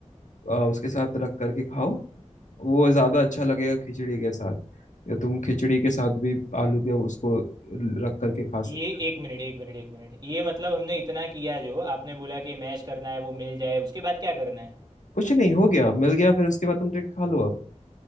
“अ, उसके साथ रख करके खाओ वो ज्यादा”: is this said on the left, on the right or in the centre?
Left